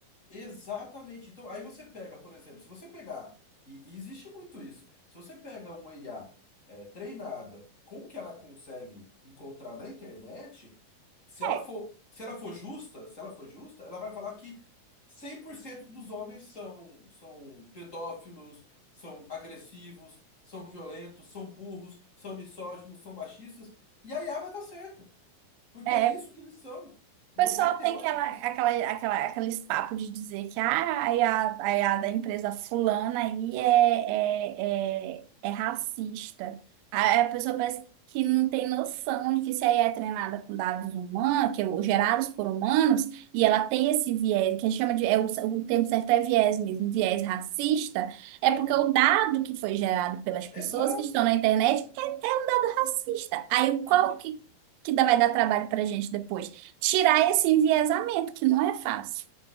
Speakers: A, on the left; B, on the right.
A: Exatamente. Então, aí você pega, por exemplo, se você pegar, e, e existe muito isso, se você pega uma IA é, treinada com o que ela consegue encontrar na internet, se ela
B: É.
A: for, se ela for justa, se ela for justa, ela vai falar que 100% dos homens são, são pedófilos, são agressivos, são violentos, são burros, são misóginos, são machistas, e a IA vai estar certa, porque
B: É,
A: é isso que eles são.
B: O pessoal
A: 98%.
B: tem aquela, aquela, aquela, aqueles papos de dizer que ah, aí a aí a da empresa fulana aí é, é, é, é racista. Aí a pessoa parece que não tem noção de que se aí é treinada com dados humanos, que é gerados por humanos, e ela tem esse viés, que a gente chama de, é o, o termo certo é viés mesmo, viés racista, é
A: Aham.
B: porque o dado que foi gerado pelas pessoas
A: Exato.
B: que estão na internet é, é um dado racista. Aí qual
A: Porque.
B: que, que dá- vai dar trabalho pra gente depois? tirar esse enviesamento, que não é fácil.